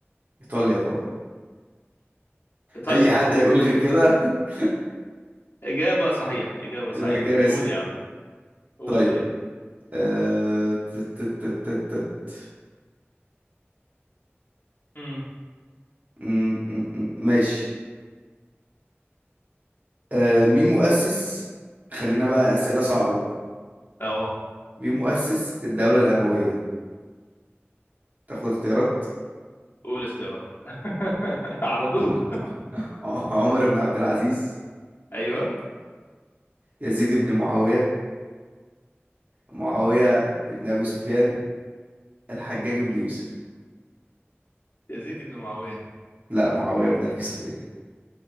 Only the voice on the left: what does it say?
ايطاليا
اجابه صحيحه اجابه صحيحه
قول يا عم قول
طيب
امم
اه
قول اختيارات <laughs> على طول
ايوه
يزيد بن معاويه